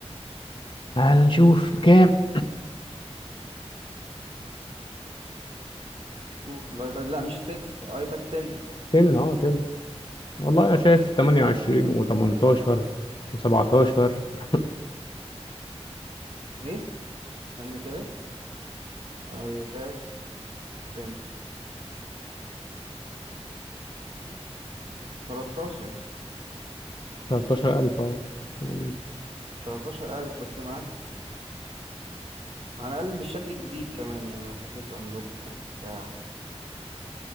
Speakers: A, on the left; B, on the right.
A: تعال نشوف بكام
B: 2 في الايباد لا مش 6 ايباد 10
A: تن اه تن والله انا شايف 28 و18 و17
B: ايه ثانية كده ايباد 10 13 يعني
A: 13000 اه يعني
B: 13000 بس معاك على الاقل بالشكل الجديد كمان يعني وفي فيس انلوك وبتاع